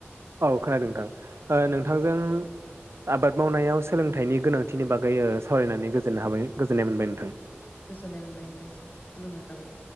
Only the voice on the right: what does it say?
औ खोनादों नोंथां
नोंथांजों आबाद मावनायाव सोलोंथाइनि गोनांथिनि बागै ओ सावरायनानै गोजोन हाबाय गोजोननाय मोनबाय नोंथां।